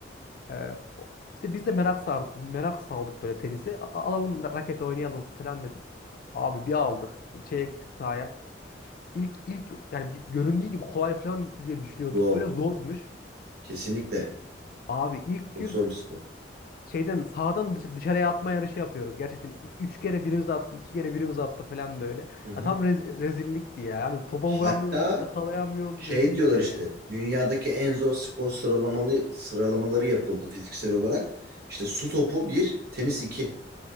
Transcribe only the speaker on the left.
Ee, o- işte biz de merak sar merak saldık böyle tenisi. A- alalım ra- raket oynayalım falan dedik. Abi bir aldık. Şeye gittik sahaya. İlk ilk yani bir- göründüğü gibi kolay falan diye düşünüyorduk
böyle zormuş.
Abi ilk
gün
şeyden sağdan dış- dışarıya atma yarışı yapıyoruz. Gerçekten üç kere birimiz attı, iki kere birimiz attı falan böyle.
Ya tam rez- rezillikti ya. Yani topa
vuramıyorsun, yakalayamıyorsun.
Rezil
bir şey
yani.